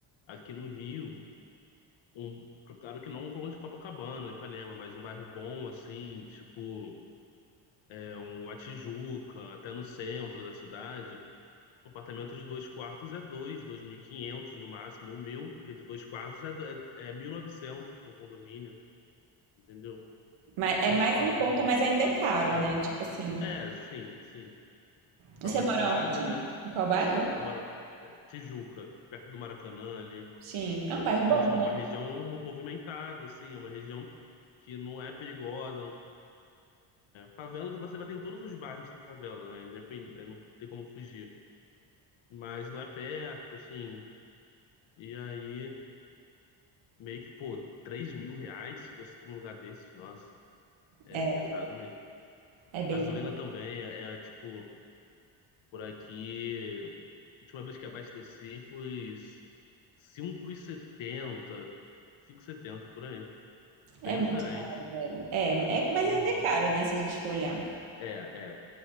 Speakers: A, on the left (about 70°); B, on the right (about 85°).
A: aqui no Rio. Um, claro que não um valão de Copacabana, Ipanema, mas um bairro bom, assim, tipo, é, uma Tijuca, até no centro da cidade. Um apartamento de dois quartos é dois, 2.500 no máximo. O meu, que é de dois quartos, é, do- é, é 1.900 com condomínio, entendeu?
B: Mas é
A: Três
B: mais
A: quartos
B: em conta,
A: o meu,
B: mas ainda é caro,
A: né?
B: né? Tipo assim.
A: É, é sim, sim.
B: Você
A: Para uma
B: mora
A: cidade,
B: onde?
A: né?
B: Em qual bairro?
A: Eu moro na Tijuca, perto do Maracanã, né?
B: Sim, é um bairro
A: Então,
B: bom,
A: tipo,
B: né?
A: é uma região mo- movimentada, assim, é uma região que não é perigosa, Favela, você vai ter em todos os bairros que tem favela, né? Independente, não tem como fugir. Mas não é perto, assim. E aí, meio que, pô, três mil reais se fosse pra um lugar desses, nossa, é
B: É,
A: pesado mesmo.
B: é bem,
A: Gasolina também é, é, tipo, por aqui, a última vez que abasteci foi cinco cinco e setenta, cinco e setenta por aí.
B: é
A: Bem
B: muito
A: diferente.
B: caro, velho. É, é, mas
A: Aham.
B: ainda é caro, né, se a gente for olhar.
A: É, é.